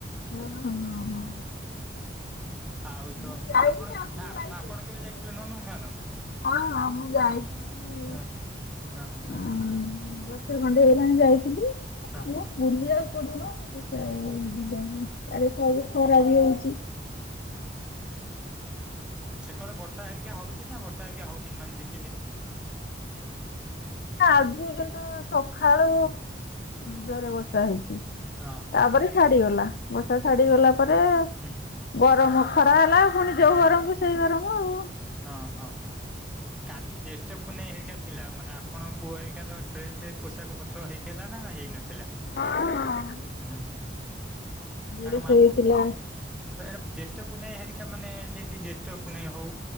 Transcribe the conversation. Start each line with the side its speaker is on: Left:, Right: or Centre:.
Left: ହଁ ହଁ ହଁ।
Centre: ଆଉ ତ
Left: ମୁଁ ଯାଇଥିଲି
Centre: ଆପଣ
Left: ଆଗରୁ
Centre: ଆପ୍
Left: ଯାଇଥିଲି
Centre: ଆପଣ
Left: କିନ୍ତୁ
Centre: କେବେ ଯାଇଥିଲେ ନନ୍ଦନକାନନ?
Left: ହଁ ହଁ ମୁଁ ଯାଇଥିଲି
Centre: ହୁଁ ହଁ ହ ହଁ।
Left: ଉଁ ବର୍ଷେ ଖଣ୍ଡେ ହେଲାଣି ଯାଇଥିଲି
Centre: ହଁ
Left: ବହୁତ ବୁଲିଆକୁ ପଡିବ। ଆରେ ଖାଲି ଖରା ଇଏ ହଉଚି।
Centre: ସେ କରେ ବର୍ଷା ହେରିକା ହଉଚି ନା ବର୍ଷା ହେରିକା ହଉନି ମାନ୍ ବି
Left: ଆଜି କେମ୍ ତ ସକାଳୁ ଜୋରେ ବର୍ଷା ହେଇଚି
Centre: ହଁ ହଁ
Left: ତାପରେ ଛାଡିଗଲା। ବର୍ଷା ଛାଡିଗଲା
Centre: ହୁଁ ହୁଁ
Left: ପରେ
Centre: ହୁଁ ହୁଁ
Left: ଗରମ ଖରା ହେଲା ପୁଣି
Centre: ହୁଁ
Left: ଯୋଉ ଗରମକୁ ସେଇ ଗରମ। ଆଉ।
Centre: ହଁ ହଁ କାଲି ଜ୍ୟେଷ୍ଠ ପୁନେଇଁ ହେରିକା ଥିଲା ମାନେ ଆପଣଙ୍କ ପୁଅ ହେରିକାର ଡ୍ରେସ୍ ସେ ପୋଷାକ ପତ୍ର ହେଇଥିଲା ନା ନା ହେଇନଥିଲା?
Left: ହଁ ହଁ
Centre: ଉହୁଁ।
Left: ଡ୍ରେସ
Centre: ତାଙ୍କ ମାମୁଁ
Left: ହେଇଥିଲା
Centre: ଏଟା ଜ୍ୟେଷ୍ଠ ପୁନେଇଁ ହେରିକା ମାନେ ଯେମିତି ଜ୍ୟେଷ୍ଠ ପୁନେଇଁ ହଉ।